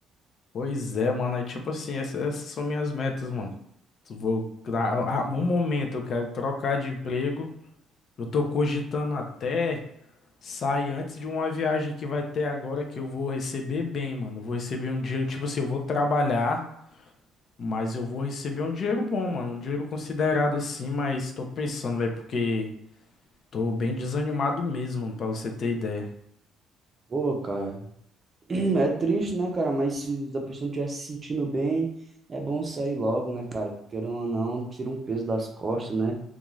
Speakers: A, on the left; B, on the right.
A: Pois é, mano. Aí, tipo assim, essa- essas, são minhas metas, mano. Tu Vou, ah, ah, no momento eu quero trocar de emprego. Eu tô cogitando até sair antes de uma viagem que vai ter agora que eu vou receber bem, mano. Eu vou receber um dinheiro, tipo assim, eu vou trabalhar. Mas eu vou receber um dinheiro bom, mano. Um dinheiro considerado assim, mas tô pensando, velho, porque tô bem desanimado mesmo, mano, pra você ter ideia.
B: Pô, cara, <clears throat> É triste, né, cara? Mas se a pessoa não estiver se sentindo bem, é bom sair logo, né, cara? Querendo ou não, tira um peso das costas, né?